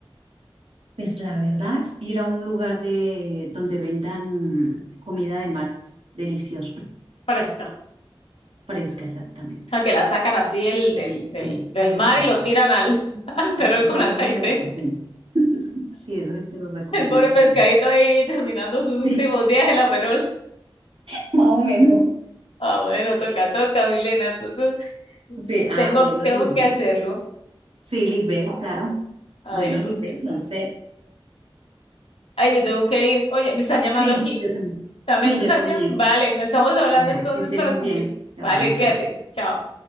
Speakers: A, on the right; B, on the left.
A: Pues la verdad, ir a un lugar de donde vendan comida de mar deliciosa,
B: fresca.
A: fresca exactamente.
B: O sea, que la sacan así del, del, del,
A: Sí,
B: del
A: exacto.
B: mar y lo tiran al, <laughs> al perol
A: Ah, de
B: con
A: una
B: aceite.
A: vez a la cocina. Sí, eso sí te lo recomiendo.
B: El pobre
A: Lisbeth.
B: pescadito ahí terminando sus
A: Sí,
B: últimos días en la perol.
A: <laughs> más o menos.
B: Ah, bueno, toca, toca, Milena. Entonces,
A: Sí, ah,
B: tengo,
A: bueno,
B: tengo
A: Lisbeth.
B: que hacerlo.
A: Sí, Lisbeth, claro.
B: Ay,
A: Bueno,
B: no,
A: Lisbeth,
B: ok.
A: no sé.
B: Ay, me tengo que ir. Oye, me están llamando
A: Sí,
B: aquí.
A: yo también.
B: También
A: Sí,
B: tus
A: yo
B: años.
A: también.
B: Vale, estamos hablando
A: Vale,
B: entonces
A: que estés
B: para
A: muy
B: continuar.
A: bien. Chao,
B: Vale,
A: Lisbeth.
B: cuídate. Chao.